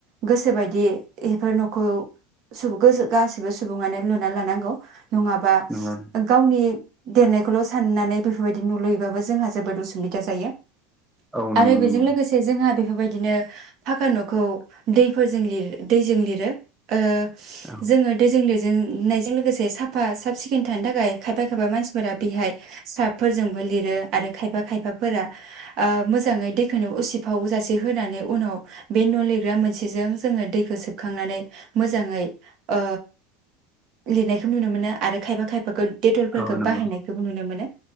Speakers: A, on the right; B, in the centre.
A: गोसोबायदि एफोर नखौ सोब गोजो गासिबो सुबुङानो लुना लानांगौ। नङाबा
B: नंगौ
A: गावनि देरनायखौल' साननानै बेफोरबायदि नुलुयोबाबो जोंहा जोबोद उसुबिदा जायो।
B: औ नंगौ
A: आरो बेजों
B: नंगौ
A: लोगोसे जोंहा बेफोरबाय दिनो फाखा न'खौ दैफोरजों लिरो दैजों लिरो ओ
B: औ
A: जोङो दैजों लिर नायजों लोगोसे साफा साफ सिखोन थानो थाखाय खायफा खायफा मानसिफोरा बेहाय स्राबफोरजोंबो लिरो आरो खायफा खायफाफोरा ओ मोजाङै दैखौनो उसिफाव जासे होनानै उनाव बे न' लिरग्रा मोनसेजों जोङो दैखौ सोबखांनानै मोजाङै ओ लिरनायखौ नुनो मोनो आरो खायफा खायफाखौ टेटलफोरखौ
B: औ नंगौ
A: बाहायनायखौबो नुनो मोनो।